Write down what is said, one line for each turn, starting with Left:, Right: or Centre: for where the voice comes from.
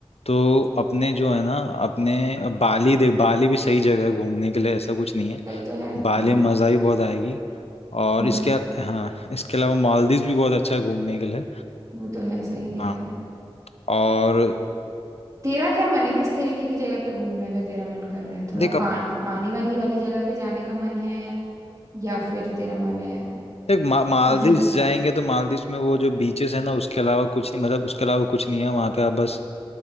Left: तो अपने जो है ना अपने बाली देख बाली भी सही जगह है घूमने के लिए ऐसा कुछ नहीं है
Right: सही तो है
Left: बाली
Right: हाँ
Left: में मजा भी बहुत आएगी और
Right: हम्म
Left: इसके हाँ इसके अलावा मालदीव भी बहुत अच्छा है घूमने के लिए
Right: वो तो है सही कह
Left: हाँ
Right: रहे हैं
Left: और
Right: तेरा क्या मन है किस तरीके की जगह पे घूमने का तेरा मन कर रहा है थोड़ा
Left: देख
Right: पा,
Left: अब
Right: पानी वानी वाली जगह पे जाने का मन है या फिर तेरा मन है
Left: देख मा, मालदीव
Right: किधर ज...
Left: जाएंगे तो मालदीव में वो जो बीचेस है ना उसके अलावा कुछ नहीं मतलब उसके अलावा कुछ नहीं है वहाँ पे आप बस